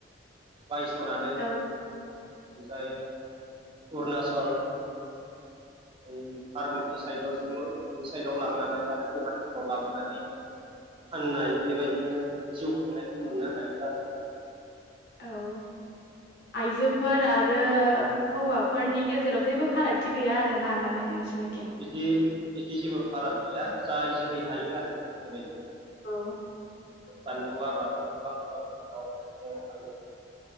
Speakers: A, on the right; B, on the left.
A: बायस'नानै
B: औ
A: ओ जाय अरुनाचल।
B: <inaudible>
A: फार्म साइडआव जि मुल बे साइडआव लांनानै आरो गुवाहाटिफ्राव लाबोनानै फाननाय बेबायदिनो जिउ खुंनायखौ मोननो हायोबा आरो।
B: औ। आइजोफोर आरो हौवाफोरनि गेजेराव जेबो फारागथि गैया आरोना माने नोंसिनि
A: बिदि बिदि जेबो फाराग गैया जाय जेरै हायो आरो बेबायदि
B: औ।
A: बानलु आबाद गोबां खालाम